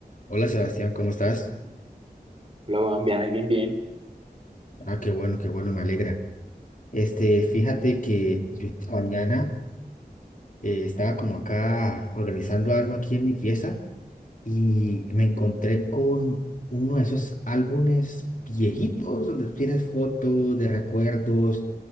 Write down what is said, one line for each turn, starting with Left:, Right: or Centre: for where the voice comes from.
Left: Hola Sebastián, ¿cómo estás?
Right: Hola, Juan, bien, ahí, bien, bien.
Left: Ah, qué bueno, qué bueno, me alegra. Este, fíjate que yo esta mañana eh, estaba como acá organizando algo aquí en mi pieza y me encontré con uno de esos álbumes viejitos donde tienes fotos de recuerdos